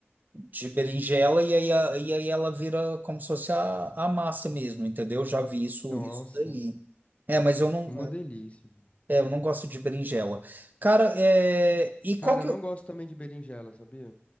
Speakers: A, on the right; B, on the left.
A: de berinjela e aí, a- e aí ela vira como se fosse a, a massa mesmo, entendeu? Já vi isso
B: Nossa,
A: isso daí. É, mas eu não,
B: uma delícia.
A: é, eu não gosto de berinjela. Cara, é... e qual
B: Cara,
A: que.
B: eu não gosto também de berinjela, sabia?